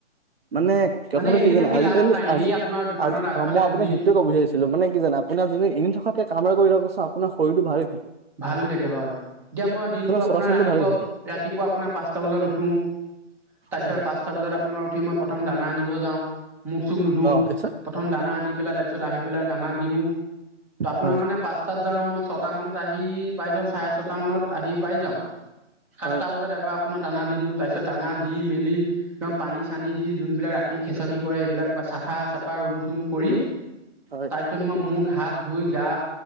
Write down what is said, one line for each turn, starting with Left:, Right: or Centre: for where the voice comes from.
Right: মানে কথাটো
Centre: মানে এনেই
Right: কি জানা
Centre: থাকি
Right: আজিকালি
Centre: লাভ নাই এনেই
Right: আজি
Centre: আপোনাৰ দোকানৰ
Right: আজ
Centre: আগফালে
Right: অ মই আপোনাক
Centre: বহি
Right: সেইটোৱে কব বিচাৰিছিলো মানে কি জানা আপোনা জিনি এনেই থকাতকে কাম আৰু কৰি থকা চাম আপোনাৰ শৰীৰ টো ভালে ৰাখে
Centre: ভাল হৈ থাকে হয় এতিয়া মই দিনটো আপোনাৰ
Right: চলাচলটো
Centre: ৰাতিপুৱা
Right: ভালে থাকে
Centre: ৰাতিপুৱা পোৱা আপোনাৰ পাঁচটা বজাত উঠুং তাপিচত
Right: হয়
Centre: পাঁচটা বজাত আপোনাৰ উঠি মই প্ৰথম দানা আনিব যাওঁ মুখ চুখ নুধু
Right: অ তাৰপিছত
Centre: প্ৰথম দানা আনি পেলাই তাপিছ- আহিব পেলাই দানা দিওঁ ত আপোনাৰ
Right: হয়
Centre: মানে পাঁচটাত যাও মই ছয়টা মানত আহি পাই যাওঁ চাৰে ছটামানত আহি পাই যাওঁ সাতটা
Right: হয়
Centre: বজাত এবাৰ আপোনাৰ দানা দি দিওঁ তাৰ পিছত দানা দি মেলি দম পানী চানী দি যোনবিলাক ৰাতি খেচনি কৰে সেইবিলাক চাফা চাফা ৰুম চুম কৰি
Right: হয়
Centre: তাৰপিছত মই মোক হাত ধুই গা